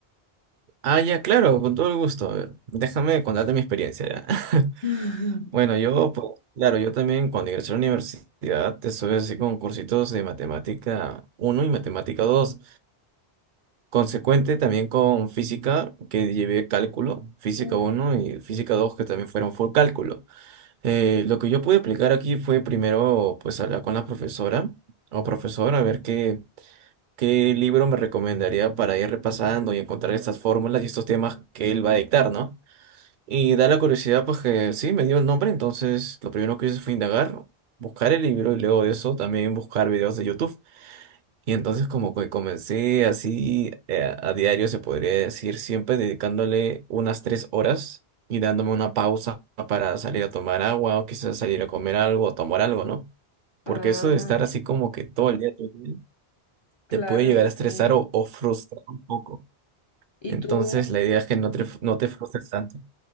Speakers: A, on the right; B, on the left.
A: ah, ya, claro, con todo el gusto. A ver, déjame contarte mi experiencia ya. <laughs>
B: <laughs>
A: Bueno, yo, pues, claro, yo también cuando ingresé a la universidad estuve así con cursitos de matemática uno y matemática 2 consecuente también con física, que llevé cálculo, física
B: Uf,
A: uno y física 2 que también fueron full cálculo. Eh, lo que yo pude aplicar aquí fue primero, pues, hablar con la profesora o profesor a ver qué, qué libro me recomendaría para ir repasando y encontrar estas fórmulas y estos temas que él va a dictar, ¿no? Y da la curiosidad, pues que sí, me dio el nombre, entonces lo primero que hice fue indagar, buscar el libro y luego de eso también buscar videos de YouTube. Y entonces como que comencé así eh, a diario, se podría decir, siempre dedicándole unas tres horas y dándome una pausa para salir a tomar agua o quizás salir a comer algo o tomar algo, ¿no? Porque
B: ah,
A: eso de estar así como que todo el día todo el día,
B: claro,
A: te puede llegar
B: sí.
A: a estresar o, o frustrar un poco.
B: ¿Y
A: Entonces
B: tú?
A: la idea es que no te, no te frustres tanto,